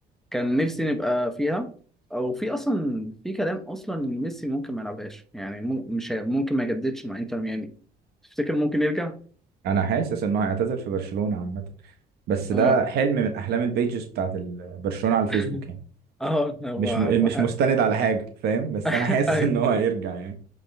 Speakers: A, in the centre; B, on the right (about 70°).
A: كان نفسي نبقى فيها او في اصلا في كلام اصلا ان ميسي ممكن ما يلعبهاش يعني مو- مش هي- ممكن ما يجددش مع انتر ميامي تفتكر ممكن يرجع
B: انا حاسس انه هيعتزل في برشلونة عامة بس ده
A: اه
B: حلم من احلام البيجز بتاعت ال- برشلونة على الفيسبوك
A: <laughs>
B: يعني
A: اه هو
B: مش
A: هو-
B: م... مش مستند على حاجة فاهم بس
A: <laughs>
B: انا حاسس ان هو هيرجع يعني